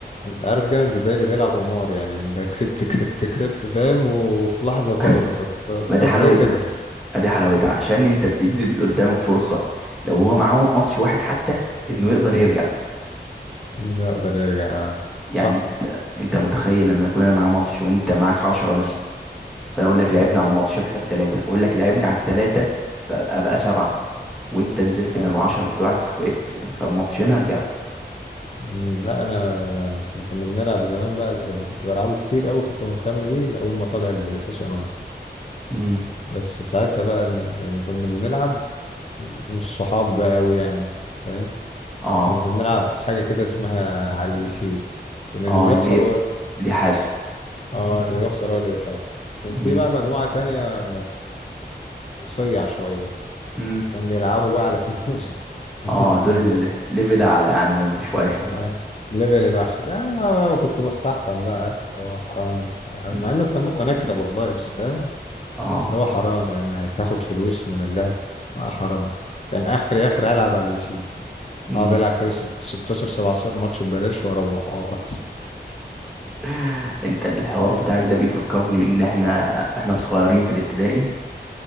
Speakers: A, on the left; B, in the centre.
A: انت عارف كده انت زي اللي بيلعب قمار يعني انت كسبت كسبت كسبت فاهم وفي لحظة طار
B: <laughs>
A: طب
B: ما دي
A: طب
B: حلاوتها
A: ليه كده؟
B: ما دي حلاوتها عشان انت بتدي
A: <laughs>
B: اللي قدامك فرصة لو هو معاه ماتش واحد حتى انه يقدر يرجع
A: يقدر يرجع آه.
B: يعني
A: صح
B: انت انت متخيل لما يكون انا معاه ماتش وانت معاك عشرة مثلا فانا اقول لك
A: مم.
B: لعبنا على الماتش اكسب ثلاثة اقول لك لعبنا على الثلاثة فابقى سبعة وانت نزلت
A: آه.
B: من العشرة بتوعك بقيت فماتشين ارجع
A: مم. لا انا احنا كنا بنلعب زمان بقى اللي كنت بلعبه كتير قوي كنت مهتم بيه لأول ما طلع البلاي ستيشن
B: امم
A: بس ساعتها بقى يعني كنا بنلعب مش صحاب بقى أوي يعني فاهم
B: اه
A: كنا بنلعب حاجة كده اسمها على اللي يشيل إن اللي
B: اه
A: بيخسر
B: ليه
A: هو
B: ليه حاسب
A: اه اللي بيخسر هو اللي بيحاسب كان
B: امم
A: في بقى مجموعة تانية صيع شوية
B: امم
A: كان بيلعبوا بقى على فلوس <laughs>
B: اه دول
A: كان بي
B: ليفل اعلى يعني منكم شوية
A: آه، ليفل الوحش لا أنا كنت بستحرم بقى عارف اللي هو حرام مع
B: مم.
A: إنه كان ممكن أكسب والله بس فاهم
B: اه
A: اللي هو حرام يعني هتاخد فلوس من اللعب آه حرام كان آخري آخري ألعب على اللي يشيل
B: امم
A: هقعد العب كده ست- 16 17 ماتش ببلاش واروح اه بس
B: <laughs> انت الحوار بتاعك ده بيفكرني ان احنا احنا صغيرين في الابتدائي